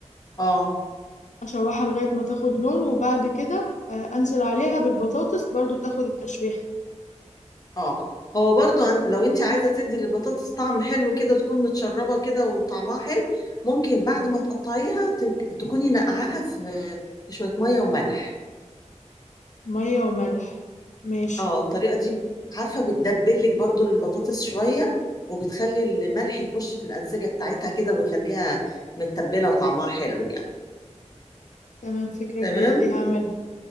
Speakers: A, on the left; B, on the left.
A: آه.
B: اشوحها لغاية ما تاخد لون وبعد كده آه، انزل عليها بالبطاطس برضو تاخد التشويح
A: اه هو برضو أن- لو انت عايزه تدي للبطاطس طعم حلو كده تكون متشربه كده وطعمها حلو ممكن بعد ما تقطعيها تن- تكوني نقعاها في في شويه ميه وملح
B: مية وملح ماشي
A: اه الطريقه دي عارفه بتدبلك برضو البطاطس شويه وبتخلي الملح يخش في الانسجه بتاعتها كده ويخليها متبله وطعمها حلو يعني
B: تمام فكرة
A: تمام
B: جديدة دي هعملها